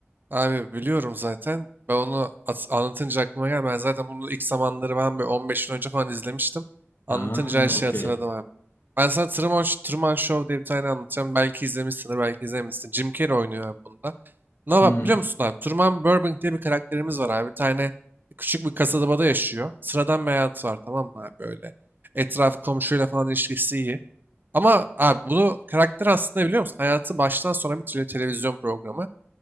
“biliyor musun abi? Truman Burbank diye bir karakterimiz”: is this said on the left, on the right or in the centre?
Right